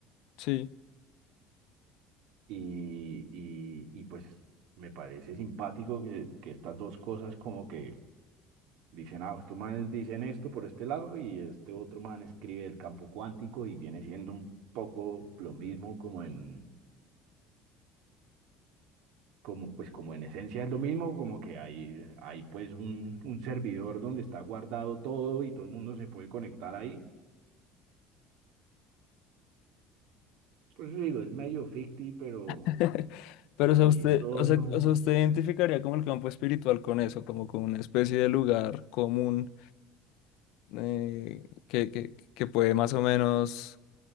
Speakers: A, on the left; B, on the right.
A: Sí.
B: Y, y, y, pues me parece simpático que, que estas dos cosas como que dicen, ah, estos manes dicen esto por este lado y este otro man escribe el campo cuántico y viene siendo un poco lo mismo como en, como, pues como en esencia es lo mismo, como que hay, eh, hay pues un, un servidor donde está guardado todo y todo el mundo se puede conectar ahí. Por eso digo, es medio ficti, pero,
A: <laughs> Pero
B: pero
A: o sea,
B: chistoso.
A: usted, o sea, o sea, usted identificaría como el campo espiritual con eso, como con una especie de lugar común eh, que, que, que puede más o menos